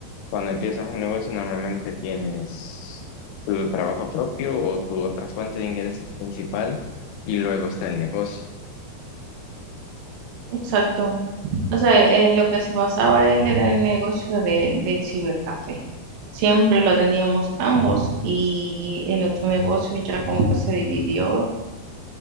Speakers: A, on the left; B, on the right.
A: Cuando empiezas un negocio, normalmente tienes tu trabajo propio o tu otra fuente de ingresos principal y luego está el negocio.
B: exacto. O sea, en lo
A: Ah.
B: que se basaba él era el negocio de, del cibercafé. Siempre lo atendíamos ambos y el otro negocio ya como que se dividió,